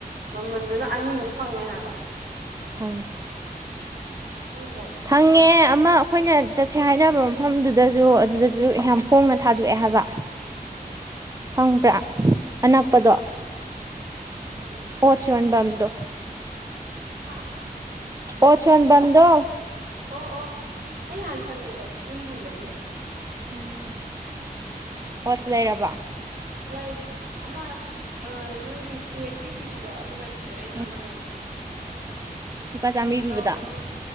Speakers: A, on the right; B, on the right.
A: ꯃꯃꯜꯗꯨꯅ ꯑꯅꯤꯃꯨꯛ ꯐꯪꯉꯦ ꯍꯥꯏꯕ
B: ꯐꯪꯉꯤ
A: ꯈꯪꯗ꯭ꯔꯣ
B: ꯐꯪꯉꯦ ꯑꯃꯥ ꯑꯩꯈꯣꯏꯅ ꯆꯠꯁꯦ ꯍꯥꯏꯅꯕ ꯃꯐꯝꯗꯨꯗꯁꯨ ꯑꯗꯨꯗꯁꯨ ꯌꯥꯝ ꯍꯣꯡꯅ ꯊꯥꯗꯣꯛꯑꯦ ꯍꯥꯏꯕ ꯈꯪꯕ꯭ꯔꯥ ꯑꯅꯛꯄꯗꯣ
A: ꯀꯔꯝꯕ ꯑꯅꯛꯄ
B: ꯑꯣ ꯆ ꯋꯥꯟꯕꯝꯗꯣ
A: ꯍꯥ
B: ꯑꯣ ꯆꯣꯟꯕꯝꯗꯣ
A: ꯑꯣ ꯑꯣ ꯑꯩ ꯅꯍꯥꯟ ꯆꯪꯉꯦꯗꯣ ꯌꯨꯝ ꯍꯟꯕꯩꯗꯨꯗ
B: ꯎꯝ ꯍꯣꯁ ꯂꯩꯔꯕ
A: ꯂꯩ ꯑꯃ ꯅꯪꯒꯤ ꯇꯨꯋꯇꯤ ꯄꯤꯕꯗꯣ ꯑꯗꯨ ꯂꯩꯇ꯭ꯔꯦ ꯑꯩꯅ
B: ꯎꯝ
A: ꯑꯃ ꯂꯩꯔꯦ
B: ꯂꯨꯄꯥ ꯆꯥꯃꯔꯤ
A: ꯆꯧ
B: ꯄꯤꯕꯗ
A: ꯑꯃ